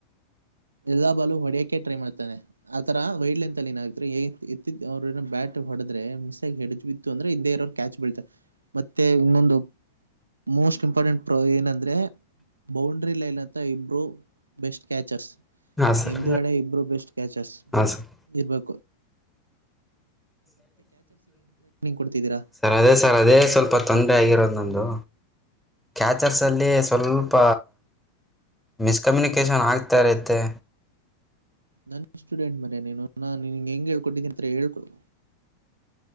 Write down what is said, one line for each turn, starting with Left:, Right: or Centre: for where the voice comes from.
Right: ಎಲ್ಲಾ ಬಾಲು ಹೊಡಿಯಕೆ ಟ್ರೈ ಮಾಡ್ತಾನೆ ಆತರ. ವೈಡ್ ಲೆಂತ್ ಅಲ್ಲಿ ಏನಾದ್ರು ಎತ್ತ ಅವ್ರ ಏನ್ ಬ್ಯಾಟ್ ಹೊಡದ್ರೆ. <unintelligible> ಇ ಅಂದ್ರೆ ಹಿಂದೆ ಇರೋ ಕ್ಯಾಚ್ ಬೀಳತ ಮತ್ತೆ ಇನ್ನೊಂದು ಮೋಸ್ಟ್ ಇಂಪಾರ್ಟೆಂಟ್ ಪ್ರ ಏನಂದ್ರೆ ಬೌಂಡ್ರಿ ಲೈನ್ ಅಂತ ಇಬರು ಬೆಸ್ಟ್ ಕ್ಯಾಚರ್ಸ್
Centre: ಹಾಂ ಸರ್
Right: ಹಿಂದ್ಗಡೆ ಇಬ್ರು ಬೆಸ್ಟ್ ಕ್ಯಾಚರ್ಸ್.
Centre: ಹಾಂ ಸರ್
Right: ಇರ್ಬೇಕ. ಕೊಡ್ತಿದ್ದೀರಾ
Centre: ಸರ್ ಅದೇ ಸರ್ ಅದೇ ಸ್ವಲ್ಪ ತೊಂದರೆ ಆಗಿರೋದ ನಮ್ದು. ಕ್ಯಾಚರ್ಸ್ ಅಲ್ಲಿ ಸ್ವಲ್ಪ. ಮಿಸ್ಕಮ್ಯುನಿಕೇಶನ್ ಆಗ್ತಾ ಇರುತ್ತೆ.
Right: ನನ್ ಸ್ಟೂಡೆಂಟ್ ಮರ ನೀನು ನಾ ನಿನ್ಗೆ ಹೆಂಗೆ ಹೇಳ್ಕೊಟ್ಟಿದ್ದಿ ಅಂತ ಹೇಳ್ಕೊಡೂ.